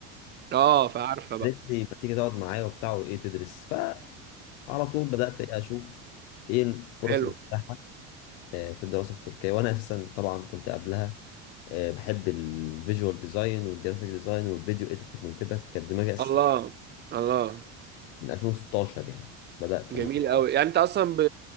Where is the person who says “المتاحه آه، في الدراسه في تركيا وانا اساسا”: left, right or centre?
Left